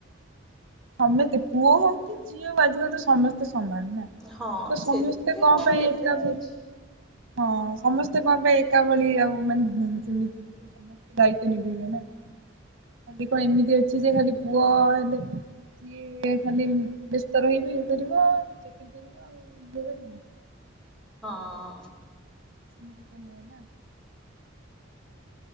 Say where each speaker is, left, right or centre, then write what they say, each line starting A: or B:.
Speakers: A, on the right; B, in the centre.
A: ସମେତେ ପୁଅ ହଉ କି ଯିଏ ହଉ ଆଜିକାଲି ତ ସମସ୍ତେ ସମାନ।
B: ହଁ
A: ତ ସମେସ୍ତେ
B: ସେଥିରେ
A: କଣ ପାଇଁ
B: ଡିଫରେନ୍ସ
A: ଏକାଭ
B: ଅଛି।
A: ହଁ ସମେସ୍ତେ କଣ ପାଇଁ ଏକା ଭଳି ଆଉ ମାନେ ଯେମିତି କି ସମସ୍ତେ ଦାୟିତ୍ଵ ନିଭେଇବେ ନା। ଖାଲି କଣ ଏମିତି ଅଛି ଯେ ଖାଲି ପୁଅ ସିଏ ଖାଲି ବ୍ୟସ୍ତ ରହିବି ଇଏ କରିବ ଚାକିରି କରିବ। <unintelligible>
B: ହଁ
A: ସେମିତି ତ ନୁହେଁ ନା।